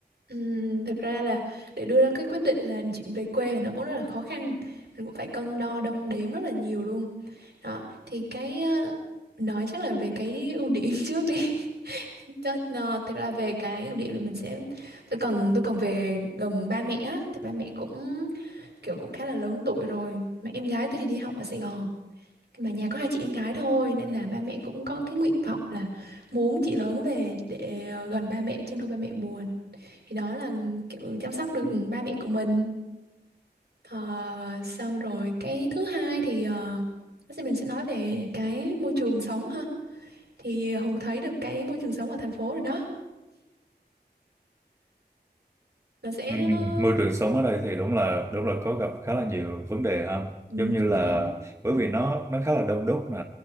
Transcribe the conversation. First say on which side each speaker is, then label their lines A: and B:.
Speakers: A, on the right; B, on the right.
A: Ừm, thực ra là để đưa ra cái quyết định là chuyện về quê nó cũng rất là khó khăn mình cũng phải cân đo đong đếm rất là nhiều luôn đó thì cái ờ, nói chắc là về cái ưu điểm <laughs> trước đi Cho- nó- thực ra về cái ưu điểm là mình sẽ tôi cần tôi cần về gần ba mẹ á tại ba mẹ cũng kiểu cũng khá là lớn tuổi rồi mà em gái tôi thì đi học ở Sài Gòn mà nhà có hai chị em gái thôi nên là ba mẹ cũng có cái nguyện vọng là muốn chị lớn về để ờ, gần ba mẹ chứ thôi ba mẹ buồn thì đó là kiểu chăm sóc được ba mẹ của mình Ờ, xong rồi cái thứ hai thì ờ, bác sĩ mình sẽ nói về cái môi trường sống ha thì Hùng thấy được cái môi trường sống ở thành phố rồi đó nó sẽ
B: Ừ,
A: ờ,
B: môi trường sống ở đây thì đúng là đúng là có gặp khá là nhiều vấn đề ha
A: ừ,
B: giống như
A: chính
B: là
A: xác
B: bởi vì nó nó khá là đông đúc nè